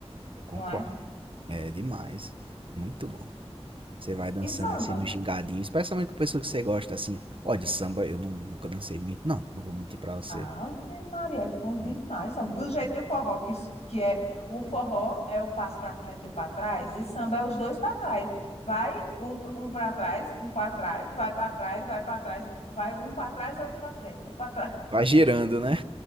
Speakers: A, on the right (about 55°); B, on the left (about 80°).
A: Eu concordo.
B: não é?
A: É demais. Muito bom. Você vai dançando
B: E samba?
A: assim no gingadinho, especialmente com pessoa que você gosta, assim. Olha, samba eu não, nunca dancei muito, não. Não vou mentir pra você.
B: Ah, Maria, é bom demais,
A: Hum.
B: homem. Do jeito do forró, que, s- que é o forró é o passo para frente e o para trás, e samba é os dois para trás. Vai um, p- um para trás, um para trás, vai para trás, vai para trás, vai um para trás, outro para frente, um para trás.
A: Vai girando, né?